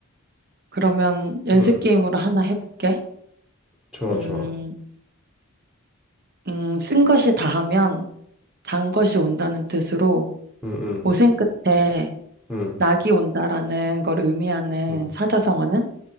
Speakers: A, on the right; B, in the centre.
A: 그러면 연습
B: 응,
A: 게임으로 하나 해볼게.
B: 좋아,
A: 음,
B: 좋아.
A: 음, 쓴 것이 다하면 단 것이 온다는 뜻으로
B: 응, 응,
A: 고생 끝에
B: 응,
A: 낙이 온다라는 걸 의미하는
B: 응.
A: 사자성어는?